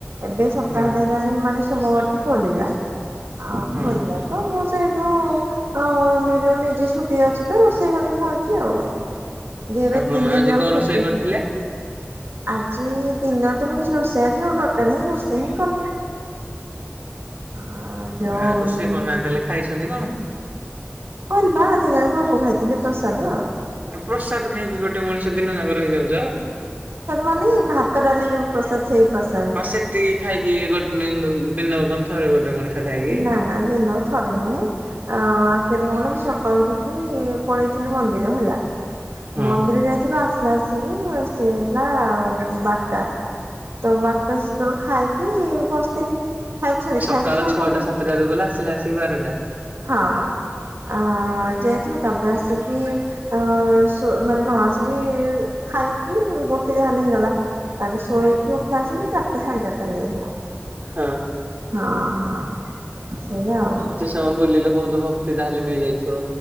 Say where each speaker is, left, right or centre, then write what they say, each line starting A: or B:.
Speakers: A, on the right; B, on the right.
A: ଏବେ ସପ୍ତାହଟେ
B: ହଁ
A: ହେଲାଣି ମାନେ ସୋମବାରଠୁ ଖୋଲିଲା। ଆଉ
B: ହଁ।
A: ଖୋଲିଲା ତ ମୁଁ ସେଠୁ ହଁ ନ ଯୋଉ ନିଜେ ଛୁଟି ଅଛି ତ ରୋଷେଇ କରିକି ଖାଉଛି ଆଉ। ଜେ ଏବେ
B: ଆପଣ
A: ତିନଦିନ
B: ଆଜି
A: ଯାଉ
B: କଣ ରୋଷେଇ
A: ଛୁଟିି।
B: କରିଥିଲେ?
A: ଆଜି ଦିନରେ ତ ମୁଁ କିଛି ରୋଷେଇ ଆଜି ଟୋଟାଲ ହିଁ ରୋଷେଇ ହିଁ କରିନି। ଆ ଯୋଉ
B: ଆ ରୋଷେଇ
A: ଉଁ
B: କରୁନାହାନ୍ତି ତାହେଲେ ଖାଇଛନ୍ତି କଣ?
A: ହଁ ବା ଦିନରେ ଭୋଗ ଖାଇଥିଲି ପ୍ରସାଦ।
B: ଏ ପ୍ରସାଦ ଖାଇକି ଗୋଟେ ମଣିଷ ଦିନ ଯାକ ରହିଯାଉଛ?
A: ମାନେ
B: ପ୍ରସାଦ
A: ଭାତ
B: ମାନେ
A: ଡାଲି
B: ଭାତ
A: ଯୋଉ
B: ଡାଲି
A: ପ୍ରସାଦ ସେଇ ପ୍ରସାଦ
B: ହଁ ସେ ତିକି ଖାଇକି ଗୋଟେ ଦିନକୁ ଥରେ ଗୋଟେ ମଣିଷ। ଖାଏକି?
A: ନା ନା ଦିନକୁ ଥରେ ନୁହେଁ। ଆକ୍ଚୁଆଲି କଣ କହିଲ ମୁଁ ସକାଳୁ ଉଠିକି ପଳେଇ ଥିଲୁ ମନ୍ଦିର ହେଲା
B: ହଁ
A: ମନ୍ଦିର ଯାଇଥିଲୁ ଆସିଲା ଆସିକି ସୋଇ ଥିଲା ଵାରଟା ତ ବାରଟା ସେତେବେଳୁ ଖାଇକି ବସିଥିଲି। ଖାଇକି ସରି
B: ସକାଳ
A: ଖାଇକି ଶୋଇ
B: ଛଅଟା
A: ପଡି
B: ସାତଟାରୁ ଗଲେ ଆସିଲ ଆସିକି ବାରଟା।
A: ହଁ ଅ ଯେହେତୁ ତାପରେ ଆସିକି ଆ ସୋ ମାନେ କଣ ଆସିକି ଖାଇ କି ଗୋଟେ ଯାହା ହେଲେ ହେଇଗଲା ତାରେ ଶୋଇକି ଉଠିଲା ଆଲସିକି ଚାରିଟା ସାଢେ ଚାରିଟା ହେଇଯାଇଥିଲା।
B: ହଁ।
A: ହଁ ହଁ ସେଇୟା ଆଉ।
B: ହ ବୁଲିଲେ ବହୁତ ଭକ୍ତି ତାହେଲେ ମିଳିଯାଇଥିବ।